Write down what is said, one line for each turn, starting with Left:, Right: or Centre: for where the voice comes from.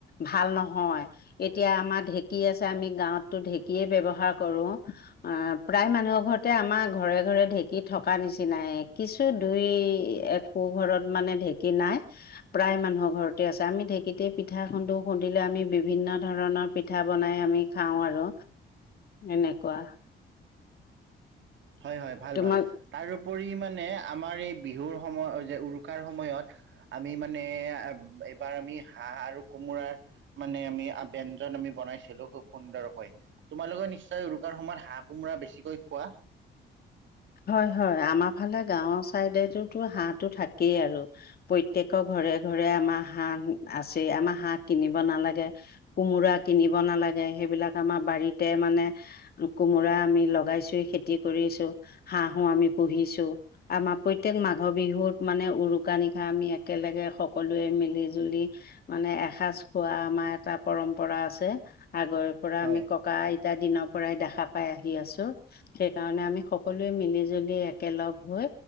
Left: ভাল নহয়! এতিয়া আমাৰ ঢেঁকী আছে, আমি গাঁৱত টো ঢেঁকীয়ে ব্যৱহাৰ কৰোঁ। অ'! প্ৰায় মানুহৰ ঘৰতে, আমাৰ ঘৰে-ঘৰে ঢেঁকী থকা নিচিনাই। কিছু, দুই-এক পো ঘৰত মানে ঢেঁকী নাই। প্ৰায় মানুহৰ ঘৰতে আছে আমি ঢেঁকীতে পিঠা খুন্দো খুন্দিলে আমি বিভিন্ন ধৰণৰ পিঠা বনাই আমি খাওঁ আৰু এনেকুৱা।
Right: হয় হয় ভাল
Left: তোমাক
Right: ভাল তাৰোপৰি মানে আমাৰ এই বিহুৰ সময়ত যে উৰুকাৰ সময়ত আমি মানে এইবাৰ আমি হাঁহ আৰু কোমোৰাৰ মানে আমি ব ব্যঞ্জন আমি বনাইছিলো খুব সুন্দৰকৈ তোমালোকে নিশ্চয় উৰুকাৰ সময়ত হাঁহ, কোমোৰা বেছিকৈ খোৱা
Left: হয় হয় আমাৰ ফালে গাঁৱৰ চাইডেটোতো হাঁহটো থাকেই আৰু। প্ৰত্যয়েকৰ ঘৰে ঘৰে আমাৰ হাঁহ আছে আমাৰ হাঁহ কিনিব নালাগে। কোমোৰা কিনিব নালাগে সেইবিলাক আমাৰ বাৰীতে মানে কোমোৰা আমি লগাইছোৱে খেতি কৰিছো হাঁহো আমি পুহিছো। আমাৰ প্ৰত্যেক মাঘৰ বিহুত মানে উৰুকা নিশা আমি একেলগে সকলোৱে মিলি-জুলি মানে এসাজ খোৱা আমাৰ এটা পৰম্পৰা আছে আগৰ পৰা
Right: হয়
Left: আমি ককা আইতা দিনৰ পৰাই দেখা পাই আহি আছো সেই কাৰণে আমি স- সকলোৱে মিলি জুলি একেলগ হৈ